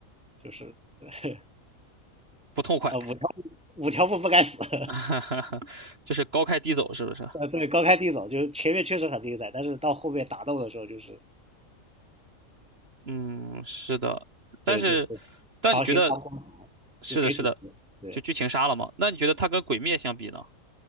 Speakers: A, in the centre; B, on the right.
A: 就是 <laughs>
B: 不痛快，
A: 呃五条悟五条悟不该死。<laughs>
B: <laughs> 就是高开低走，是不是？
A: 呃，对，高开低走，就是前面确实很精彩，但是到后面打斗的时候，就是
B: 嗯，是的。但是，
A: 对，就是
B: 但你觉得
A: 强行拉光，
B: 是的，
A: 就给主角。
B: 是的，
A: 对，
B: 就剧情杀了嘛？那你觉得它跟《鬼灭》相比呢？